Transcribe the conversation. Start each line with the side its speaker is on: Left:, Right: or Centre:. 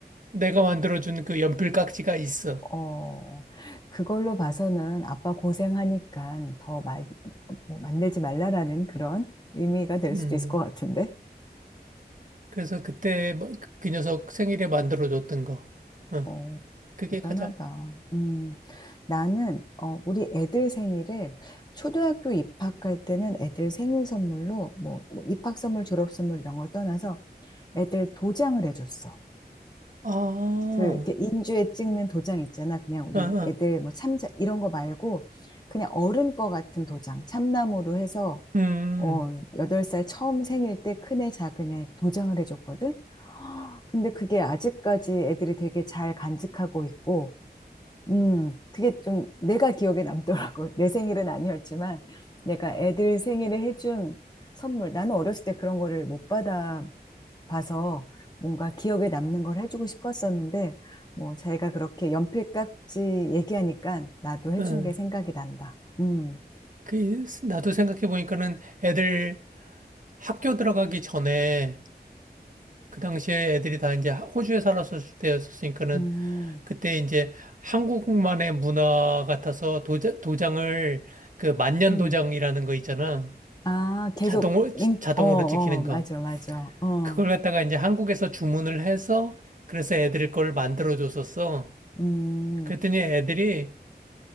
Right: 내가 만들어준 그 연필 깍지가 있어.
Left: 어. 그걸로 봐서는 아빠 고생하니까 더 말, 뭐 만들지 말라라는 그런 의미가 될
Right: 음.
Left: 수도 있을 것 같은데.
Right: 그래서 그때 뭐 그- 그 녀석 생일에 만들어줬던 거. 어,
Left: 어,
Right: 그게
Left: 대단하다.
Right: 가장,
Left: 음, 나는, 어, 우리 애들 생일을 초등학교 입학할 때는 애들 생일 선물로, 뭐, 뭐 입학 선물, 졸업 선물 이런 걸 떠나서 애들 도장을 해줬어.
Right: 아,
Left: 그, 이렇게 인주에 찍는 도장 있잖아. 그냥 우리
Right: 아, 아,
Left: 애들 뭐 참자, 이런 거 말고, 그냥 어른 거 같은 도장, 참나무로 해서,
Right: 음,
Left: 어, 8살 처음 생일 때 큰애, 작은애 도장을 해줬거든? <gasps> 근데 그게 아직까지 애들이 되게 잘 간직하고 있고, 음, 그게 좀 내가 기억에 남더라고. <laughs> 내 생일은 아니었지만 내가 애들 생일에 해준 선물. 나는 어렸을 때 그런 거를 못 받아 봐서 뭔가 기억에 남는 걸 해주고 싶었었는데 뭐 자기가 그렇게 연필 깎지 얘기하니까 나도 해준
Right: 어.
Left: 게 생각이 난다. 음,
Right: 그, 나도 생각해보니까는 애들 학교 들어가기 전에 그 당시에 애들이 다 이제 호주에 살았을 때였으니까는
Left: 음,
Right: 그때 이제 한국만의 문화 같아서 도자, 도장을 그 만년도장이라는
Left: 음.
Right: 거 있잖아.
Left: 아, 계속
Right: 자동으로
Left: 인,
Right: 자동으로
Left: 어, 어,
Right: 찍히는 거.
Left: 맞아, 맞아. 어,
Right: 그걸 갖다가 이제 한국에서 주문을 해서 그래서 애들 걸 만들어 줬었어.
Left: 음.
Right: 그랬더니 애들이